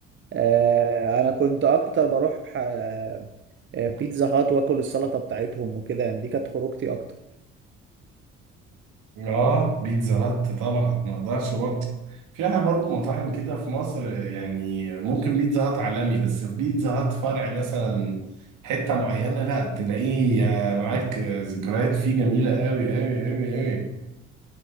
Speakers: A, on the right; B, on the right.
A: آه انا كنت اكتر بروح آه آه، بيتزا هات واكل السلطة بتاعتهم وكده يعني دي كانت خروجتي اكتر
B: اه بيتزا هات طبعا ما اقدرش برضه فيها برضه مطاعم كده في مصر يعني ممكن بيتزا هات عالمي بس في بيتزا هات فرع مثلا حتة معينة لا تلاقيه معاك ذكريات فيه جميلة قوي قوي قوي قوي